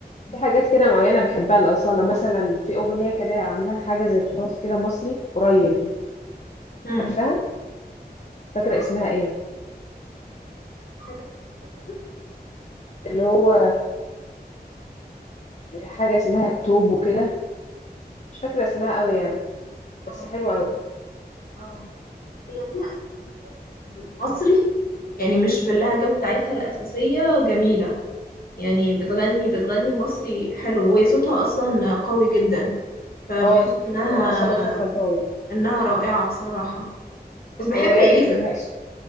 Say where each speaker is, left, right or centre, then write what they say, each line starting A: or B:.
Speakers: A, on the left; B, on the left.
A: بيها
B: في حاجات
A: ايه
B: كده معينة بحبها لأصالة مثلا في أغنية كده عاملاها حاجة زي تراث كده مصري قريب
A: امم
B: عارفاها مش فاكرة
A: بصراحة
B: اسمها ايه
A: حاجة سعيدة كده
B: اللي هو حاجة اسمها توب وكده مش فاكرة اسمها قوي يعني بس
A: اه
B: حلوة قوي
A: اه هي ليها أغاني كتير بالمصري يعني مش باللهجة بتاعتها الأساسية جميلة يعني بتغني بتغني مصري حلو وهي صوتها أصلا قوي جدا فبحس
B: اه
A: إنها
B: اه أصالة صوتها قوي
A: إنها رائعة بصراحة بس بحب
B: أو ايه
A: إليسا
B: رأيك في بهاء